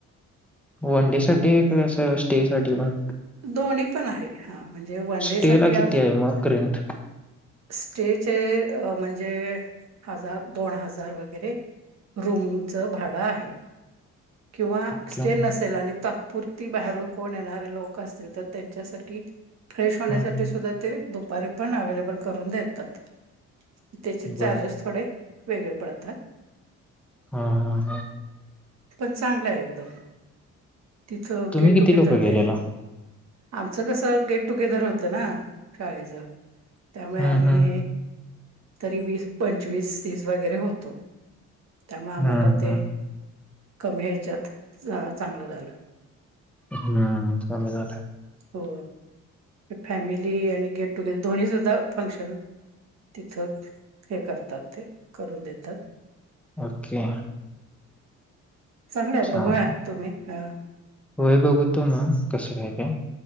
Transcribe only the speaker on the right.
दोन्ही पण आहे, हा म्हणजे वन
डे साठी
असो.
स्टेजर म्हणजे. हजार दोन हजार वगैरे रूमच भाडं आहे. किंवा
स्टेन नसेल आणि ता पुरती बाहेरून कोण येणारे लोक असतील तर त्यांच्यासाठी फ्रेश
होण्यासाठी सुद्धा. ते दुपारी पण अवेलेबल करून देतात त्याचे चार्जेस
थोडे वेगळे पडतात.
पण चांगला आहे एकदम तिथं
गेट
टुगेर
दर वगेर
आमचं कसं गेट टुगेदर होतं ना शाळेच त्यामुळे
आम्ही
तरी वीस- पंचवीस ती वगैरे होतो, त्यामुळे आम्हाला
ते
कमी ह्याच्यात चांगलं झालं.
हो फॅमिली आणि गेट टुगेदर दोन्ही सुद्धा फंक्शन तिथं हे करतात ते करून देतात
चांगलंय
बघूया तुम्ही अ